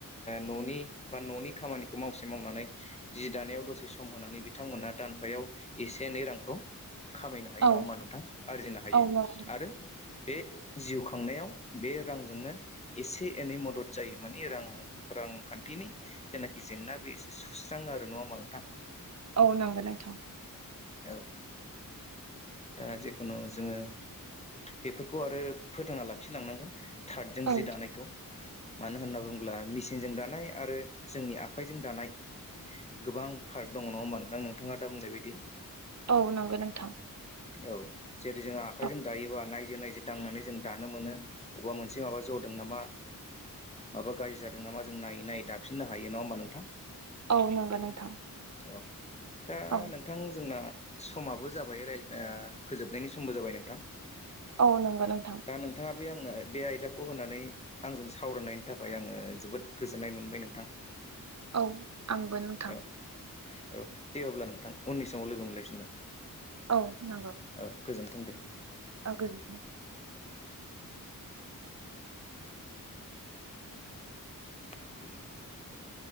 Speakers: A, on the left (about 20°); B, on the right (about 50°).
A: न'नि बा न'नि खामानिखौ मावसे मावनानै जि दानायाव दसे सम होनानै बिथांमोनहा दानफायाव एसे एनै रांखौ खामायनो हायो
B: औ
A: नङा होमा नोंथां आरजिनो हायो
B: औ नंगौ
A: आरो बे जिउ खांनायाव बे रांजोंनो एसे एनै मदद जायो मानिे रां रांखान्थिनि जेनाखि जेंना बे एसे सुस्राङो आरो नङाोमा नोंथां
B: औ नांगोन आंथां
A: औ दा जेखुनु जोङो बेफोरखौ आरो फोथांना लाखिलांनांगोन थार्दजों
B: औ
A: जि दानायखौ मानो होनना बुङोब्ला मि सिनजों दानाय आरो जोंनि आखाइजों दानाय गोबां पार्क दङ नङा होमबा नोंथां नोंथाङा दा बुंनाय बायदि
B: औ नंगोन नोंथां
A: औ जेरै जोंङो आखाइजों
B: औ
A: दायोानाय नायजे दांनानै जों दानो मोनो अबेबा मोनसे माबा जदों नामा माबा गाज्रि जादों नामा जों नायै नायै दाफिननो हायो नङा होमबा नोंथां
B: औ नंगौ नोंथां
A: औ दा
B: औ
A: नोंथां जोंना समाबो जाबाय राय फोजोबनायनि समबो जाबाय नोंथां
B: औ नंगौ नोंथां
A: नोंथाङा दा बे आंनो बे आयदाखौ होनानै आंजों सावरायनायनि थाखाय आङो जोबोद गोजोननाय मोनबाय नोंथां
B: औ आंबो नोंथां
A: औ औ दे अब्ला नों उननि समाव लोगो मोनलायफिनगोन।
B: औ नंगौ
A: औ गोजोनथों दे।
B: औ गोजोन्थों
A: औ